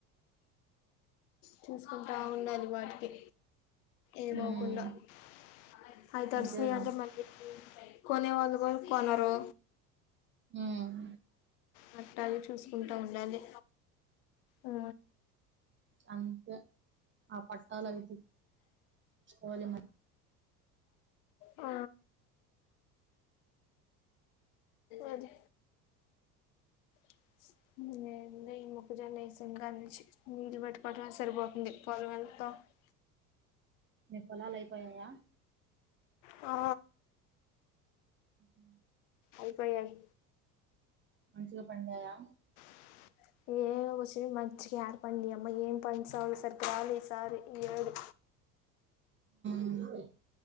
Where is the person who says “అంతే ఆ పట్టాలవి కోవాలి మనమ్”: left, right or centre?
Right